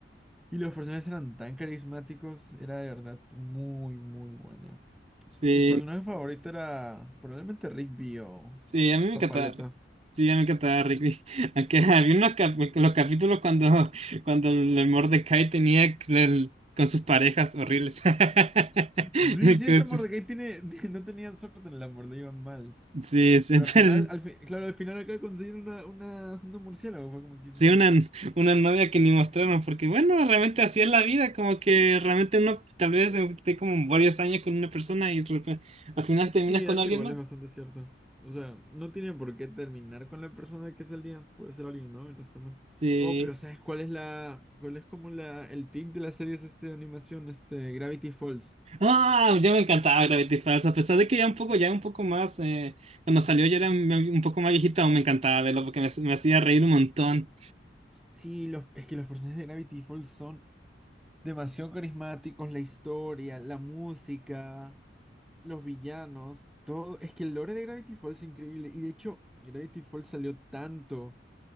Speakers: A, in the centre; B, on the right.
A: Y los personajes eran tan carismáticos, era de verdad muy, muy bueno.
B: sí,
A: Mi personaje favorito era probablemente Rigby o
B: sí, a mí me
A: Papaleta.
B: encantaba Rick. Sí, a mí me encantaba Rick. <laughs> Aunque había unos cap- los capítulos cuando, cuando el Mordecai tenía que- el- con sus parejas horribles. <laughs>
A: Sí, sí,
B: Con
A: ese Mordecai
B: sus-
A: tiene, <laughs> no tenía suerte en el amor, le iban mal.
B: Sí, siempre.
A: Pero al final, al fi- claro, al final acaba de conseguir una, una, una murciélago, fue como quise.
B: Sí, una, una novia que ni mostraron, porque bueno, realmente así es la vida, como que realmente uno tal vez eh, esté como varios años con una persona y repe- al final terminas
A: Sí,
B: con
A: eso
B: alguien
A: igual
B: más.
A: es bastante cierto. O sea, no tiene por qué terminar con la persona que salía. Puede ser alguien, ¿no? Y no está mal.
B: Sí.
A: Oh, pero ¿sabes cuál es la, cuál es como la, el pic de las series este de animación, este, Gravity Falls?
B: Ah, ya me encantaba Gravity Falls, a pesar de que ya un poco, ya un poco más, eh, cuando salió ya era un un poco más viejita, aún me encantaba verlo porque me, me hacía reír un montón.
A: Sí, los, es que los personajes de Gravity Falls son demasiado carismáticos, la historia, la música, los villanos, todo. Es que el lore de Gravity Falls es increíble. Y de hecho, Gravity Falls salió tanto.